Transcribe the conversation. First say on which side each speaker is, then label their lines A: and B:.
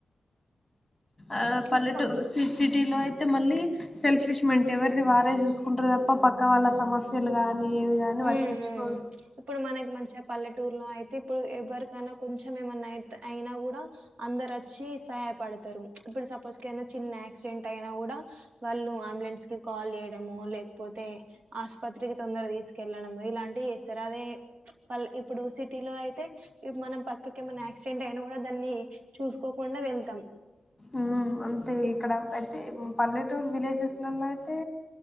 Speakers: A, in the centre; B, on the right.
A: ఆ
B: ఇట్లా
A: పల్లెటూ
B: ఫా
A: సి సిటీ టీలో అయితే మళ్ళీ సెల్ఫిష్మెంట్ ఎవరిది వారే చూసుకుంటరు తప్ప పక్క వాళ్ళ సమస్యలు గానీ ఏవి గాని
B: హ్మ్
A: పట్టిచుకోరు
B: హ్మ్. ఇప్పుడు మనకి మంచిగా పల్లెటూరులో అయితే ఇప్పుడు ఎవ్వరికైనా కొంచెం ఏమైన్నయితే అయినా కూడా అందరు వచ్చి సహాయపడతరు ఇప్పుడు సపోజ్ ఏదైన చిన్న ఎక్సిడెంట్ అయినా కూడా వాళ్ళు అంబులెన్స్ కి కాల్ చేయడము లేకపోతే ఆస్పత్రికి తొందర తీసుకు కెళ్ళడము ఇలాంటియి చేస్తరు అదే ఇప్పుడు సిటీ లో అయితే మనం పక్కకి ఏమన్న ఏక్సిడెంట్ అయినా కూడా దాన్ని చూసుకోకుండా వెళ్తాం
A: ఉ అంతే ఇక్కడ అయితే పల్లెటూరు విలేజెస్లలో అయితే